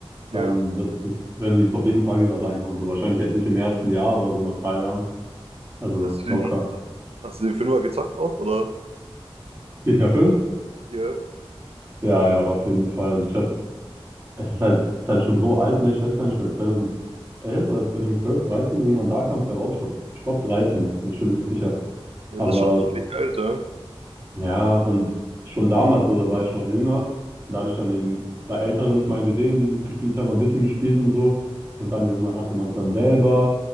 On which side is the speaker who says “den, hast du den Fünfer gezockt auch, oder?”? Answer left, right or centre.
Right